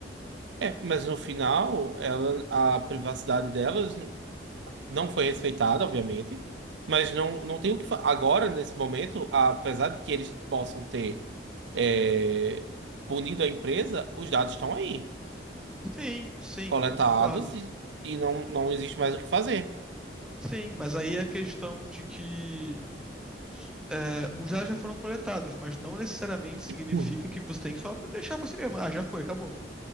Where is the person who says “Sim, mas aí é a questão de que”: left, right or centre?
Centre